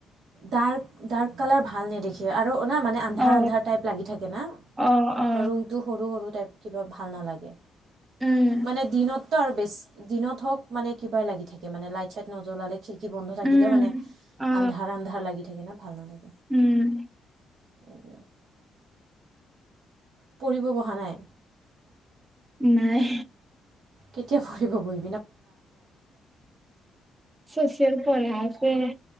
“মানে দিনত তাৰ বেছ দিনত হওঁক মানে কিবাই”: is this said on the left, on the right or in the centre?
Right